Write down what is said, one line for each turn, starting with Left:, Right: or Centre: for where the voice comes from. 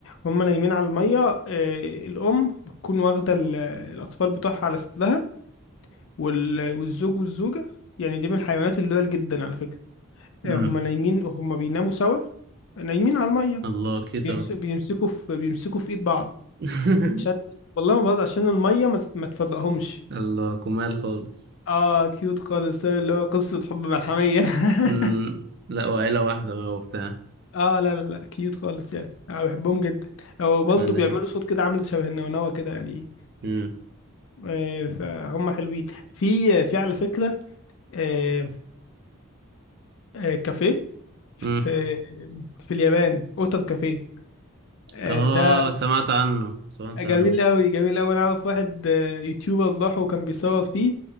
Left: هم نايمين على المية آه، الأم بتكون واخدة ال- الأطفال بتوعها على صدرها وال- والزوج والزوجة يعني دي من الحيوانات اللويال جدا على فكرة
Right: امم
Left: آه، هم نايمين هم بيناموا سوا نايمين على المية
Right: الله كده
Left: بيمسكوا بيمسكوا في بيمسكوا في إيد بعض
Right: <laughs>
Left: عشان والله ما بهزر عشان المية ما تت- ما تفرقهمش
Right: الله كمال خالص
Left: اه كيوت خالص اللي هو قصة حب ملحمية <laughs>
Right: امم لا وعيلة واحدة بقى وبتاع
Left: اه لا لا لا كيوت خالص يعني انا بحبهم جدا هو
Right: بعدين
Left: برضه بيعملوا صوت كده عامل شبه النونوة كده يعني
Right: امم
Left: آه، فهم حلوين في في على فكرة آه، آه، كافيه في
Right: امم
Left: في اليابان اوتر كافيه آه،
Right: اه
Left: ده
Right: سمعت عنه سمعت
Left: جميل
Right: عنه
Left: قوي جميل قوي انا اعرف واحد آه، يوتيوبر راح وكان بيصور فيه